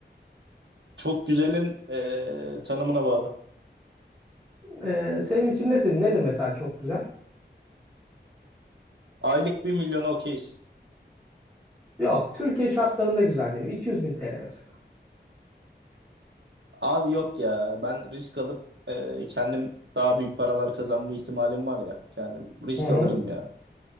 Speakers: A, on the right; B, on the right.
A: Çok güzelin e, tanımına bağlı.
B: Ee, senin için ne senin nedir mesela çok güzel?
A: Aylık bir milyona okeyiz.
B: Yok, Türkiye şartlarında güzel diyelim. 200 bin TL mesela.
A: Abi yok ya ben risk alıp e, kendim daha büyük paralar kazanma ihtimalim var ya. Kendim risk
B: Hı hı.
A: alırım ya.